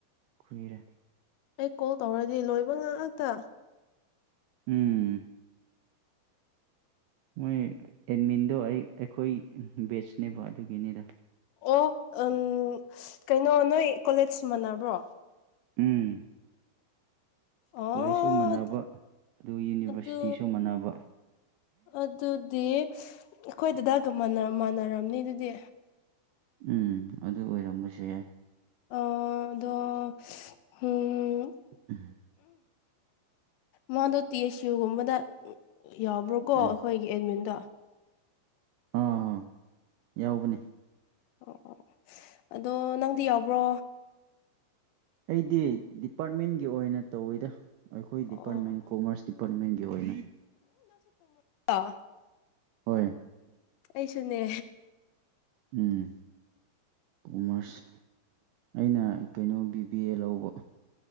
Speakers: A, on the right (about 80°); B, on the left (about 75°).
A: ꯈꯨꯏꯔꯦ
B: ꯑꯩ ꯀꯣꯜ ꯇꯧꯔꯗꯤ ꯂꯣꯏꯕ ꯉꯥꯛꯥꯛꯇ
A: ꯎꯝ ꯃꯣꯏ ꯑꯦꯠꯃꯤꯟꯗꯣ ꯑꯩꯈꯣꯏ ꯕꯦꯠꯁꯅꯦꯕ ꯑꯗꯨꯒꯤꯅꯤꯗ
B: ꯑꯣ ꯎꯝ ꯀꯩꯅꯣ ꯅꯣꯏ ꯀꯣꯂꯦꯖ ꯃꯥꯟꯅꯕ꯭ꯔꯣ
A: ꯎꯝ
B: ꯑꯣ
A: ꯀꯣꯂꯦꯖꯁꯨ ꯃꯟꯅꯕ ꯑꯗꯨꯒ ꯌꯨꯅꯤꯚꯔꯁꯤꯇꯤꯁꯨ
B: ꯑꯗꯨ
A: ꯃꯥꯟꯅꯕ
B: ꯑꯗꯨꯗꯤ ꯑꯩꯈꯣꯏ ꯑꯗꯨꯗꯥ ꯃꯥꯟꯅꯔꯝꯅꯤ ꯑꯗꯨꯗꯤ
A: ꯎꯝ ꯑꯗꯨ ꯑꯣꯏꯔꯝꯕꯁꯨ ꯌꯥꯏ
B: ꯑ ꯑꯗꯣ ꯎꯝ
A: ꯎꯝ
B: ꯃꯥꯗꯣ ꯇꯤ ꯑꯦꯁ ꯌꯨꯒꯨꯝꯕꯗ ꯌꯥꯎꯕ꯭ꯔꯣꯀꯣ
A: ꯎꯝ
B: ꯑꯩꯈꯣꯏꯒꯤ ꯑꯦꯗꯃꯤꯟꯗꯣ
A: ꯑꯥ ꯍꯣ ꯌꯥꯎꯕꯅꯦ
B: ꯑꯣ ꯑꯣ ꯑꯗꯣ ꯅꯪꯗꯤ ꯌꯥꯎꯕ꯭ꯔꯣ
A: ꯑꯩꯗꯤ ꯗꯤꯄꯥꯔꯠꯃꯦꯟꯒꯤ ꯑꯣꯏꯅ ꯇꯧꯋꯤꯗ ꯑꯩꯈꯣꯏ
B: ꯑꯣ
A: ꯗꯤꯄꯥꯔꯠꯃꯦꯟ ꯀꯣꯃꯔꯁ ꯗꯤꯄꯥꯔꯠꯃꯦꯟꯒꯤ ꯀ ꯑꯣꯏ
B: ꯑ
A: ꯍꯣꯏ
B: ꯑꯩꯁꯨꯅꯦ
A: ꯎꯝ ꯀꯃꯔꯁ ꯑꯩꯅ ꯀꯩꯅꯣ ꯕꯤ ꯕꯤ ꯑꯦ ꯂꯧꯕ